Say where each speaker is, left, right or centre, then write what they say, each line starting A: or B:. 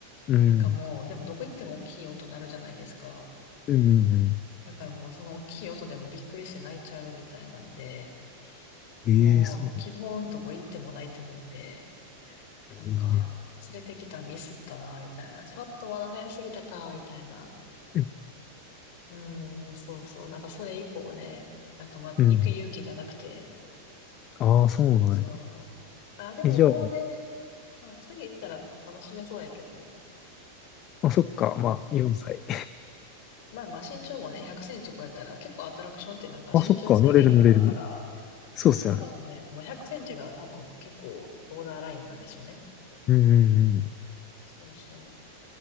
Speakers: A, on the left; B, on the left.
A: うん。
B: なんかもう、でもどこ行っても大きい音鳴るじゃないですか。
A: うんうんうん。
B: だからもうその大きい音でもびっくりして泣いちゃうみたいなんで、
A: ええそうなんだ
B: もう基本どこ行っても泣いてもうて、
A: え
B: なんか連れてきたミスったな、みたいな。ちょっとまだ早すぎたか、みたいな。
A: え
B: うん、そうそう、なんかそれ以降ね、なんかま、
A: うん。
B: 行く勇気がなくて、
A: ああ、そうなんや。
B: そうそう。あ、でももうね、
A: え、じゃあ、
B: まあ、次行ったら楽しめそうやけど。
A: あ、そっか。
B: うん。
A: まあ、4歳。
B: まあまあ身長もね、100センチ超えたら、結構アトラクションってなんか身長制限があるから、
A: <laughs> あ、そっか。乗れる乗れる。そうっすよね。
B: 多分ね、その100センチが多分結構ボーダーラインなんでしょうね。
A: うんうんうん。
B: そうそ